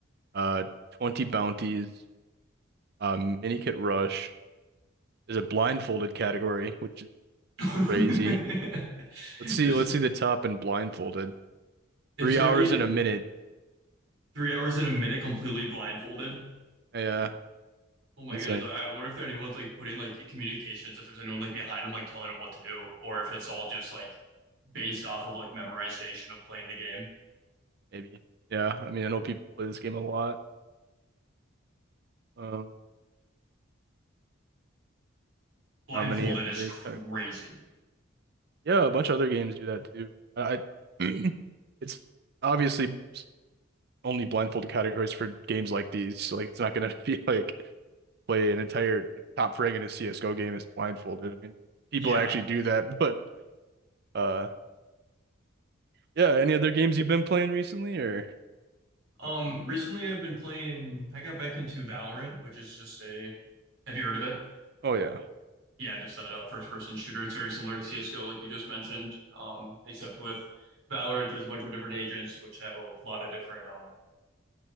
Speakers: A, on the right; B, on the right.
A: Uh, 20 bounties, uh, mini kit rush. There's a blindfolded category, which is
B: <laughs>
A: crazy. Let's see.
B: Just,
A: Let's see the top and blindfolded.
B: is
A: Three
B: there
A: hours
B: any
A: and a minute.
B: three hours in a minute completely blindfolded?
A: Yeah,
B: Oh my
A: insane.
B: goodness, I, I wonder if there anyone's like putting like communications, if there's anyone like behind them like telling them what to do, or if it's all just like based off of like memorization of playing the game.
A: Maybe. Yeah. I mean, I know people play this game a lot. Um,
B: Blindfolded
A: how many other
B: is crazy.
A: categories? Yeah, a bunch of other games do that too. I, I <clears throat> it's obviously only blindfolded categories for games like these. So, like it's not gonna <laughs> be like play an entire top frag in a CSGO game is blindfolded. I mean, people
B: Yeah,
A: actually do that, <laughs> but uh yeah, any other games you've been playing recently or
B: Um, recently I've been playing, I got back into Valorant, which is just a, have you heard of it?
A: oh yeah,
B: Yeah, just that uh, first person shooter. It's very similar to CSGO, like you just mentioned. Um, except with Valorant, there's a bunch of different agents which have a lot of different, um,